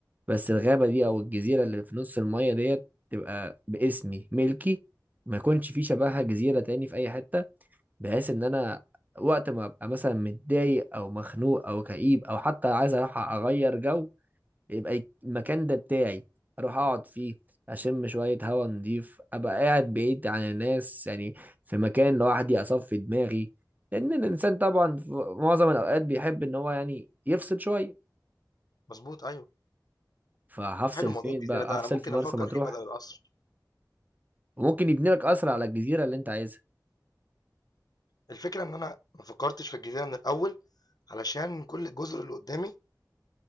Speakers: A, on the right; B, on the left.
A: بس الغابة دي أو الجزيرة اللي في نص المية ديت تبقى باسمي ملكي ما يكونش في شبهها جزيرة تاني في أي حتة بحيث إن أنا وقت ما أبقى مثلا متضايق أو مخنوق أو كئيب أو حتى عايز أروح أغير جو يبقى المكان ده بتاعي أروح أقعد فيه أشم شوية هوا نضيف أبقى قاعد بعيد عن الناس يعني في مكان لوحدي أصفي دماغي لأن الإنسان طبعا في معظم الأوقات بيحب إن هو يعني يفصل شوية
B: مظبوط ايوه
A: فهفصل
B: حلو موضوع
A: فين
B: الجزيرة
A: بقى
B: ده
A: هفصل
B: انا ممكن
A: في مرسى
B: افكر
A: مطروح
B: فيه بدل القصر
A: وممكن يبني لك قصر على الجزيرة اللي انت عايزها
B: الفكرة ان انا ما فكرتش في الجزيرة من الاول علشان كل الجزر اللي قدامي